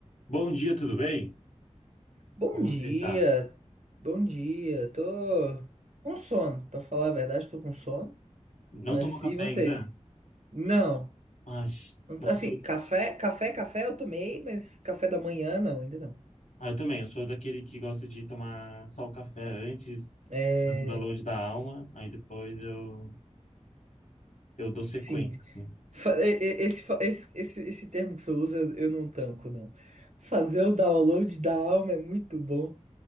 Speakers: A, on the left; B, on the right.
A: Bom dia, tudo bem?
B: Bom
A: Como
B: dia,
A: você está?
B: bom dia. Tô com sono, pra falar a verdade, tô com sono.
A: Não
B: Mas
A: tomou café
B: e você?
A: ainda?
B: Não.
A: Ai,
B: Não-
A: nossa,
B: Assim,
A: eu,
B: café, café, café eu tomei, mas café da manhã não, ainda não.
A: ah, eu também. Eu sou daquele que gosta de tomar só o café antes,
B: É,
A: da longe da alma, aí depois eu, eu dou sequência,
B: sim.
A: assim.
B: Fa- e- e- Esse, fa- esse, esse, esse termo que você usa eu não tanco, não. Fazer o download da alma é muito bom,